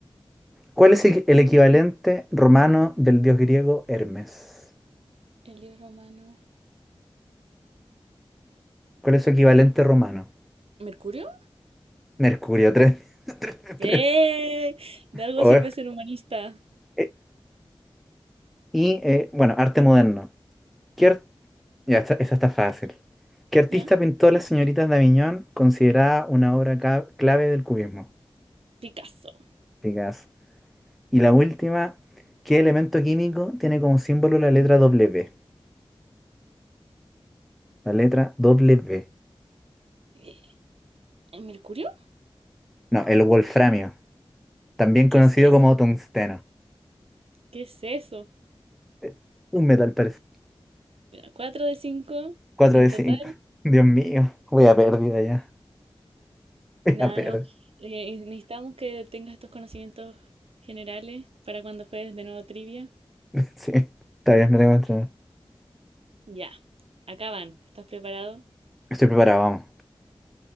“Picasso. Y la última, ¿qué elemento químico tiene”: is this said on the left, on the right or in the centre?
Centre